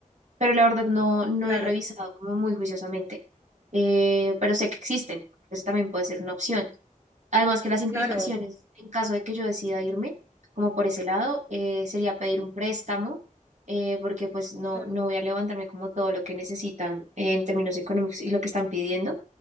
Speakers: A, on the right; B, on the right.
A: pero la verdad no, no
B: Claro,
A: he revisado como muy juiciosamente, Eh, pero sé que existen, eso también puede ser una opción. Además que las implicaciones
B: claro,
A: en caso de que yo decida irme, como por ese lado, eh, sería pedir un préstamo, eh, porque pues no,
B: claro,
A: no voy a levantarme como todo lo que necesitan eh, en términos económicos y lo que están pidiendo